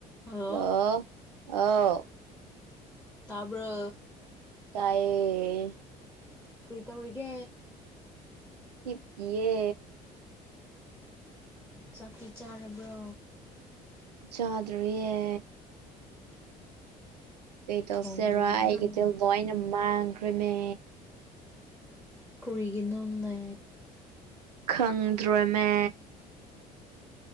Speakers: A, in the centre; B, on the right (about 75°).
A: ꯍꯜꯂꯣ
B: ꯍꯂꯣ ꯑꯥꯎ
A: ꯇꯥꯕ꯭ꯔꯣ
B: ꯇꯥꯏꯌꯦ
A: ꯄꯔꯤꯇꯧꯔꯤꯒꯦ
B: ꯍꯤꯞꯄꯤꯌꯦ
A: ꯆꯥꯛꯇꯤ ꯆꯥꯔꯕ꯭ꯔꯣ
B: ꯆꯥꯗ꯭ꯔꯤꯌꯦ ꯀꯩ ꯇꯧꯁꯤꯔꯣ
A: ꯊꯣꯡꯗ꯭ꯔꯤꯕ꯭ꯔꯣ
B: ꯑꯩꯒꯤ ꯇꯜꯗꯣ ꯑꯩꯅ ꯃꯥꯡꯈ꯭ꯔꯤꯃꯦ
A: ꯀꯔꯤꯒꯤꯅꯣꯅꯦ
B: ꯈꯪꯗ꯭ꯔꯦꯃꯦ